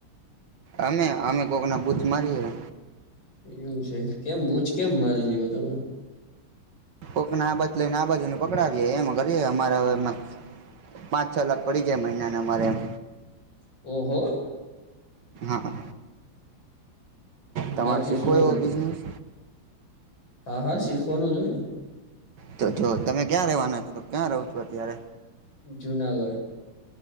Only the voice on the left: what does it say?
એવું છે કેમ બૂજ કેમ મારી લીઓ તમે?
ઓહો!
બાકી
શું
આમ
હા, શીખવાનું જ હોય ને!
જુનાગઢ.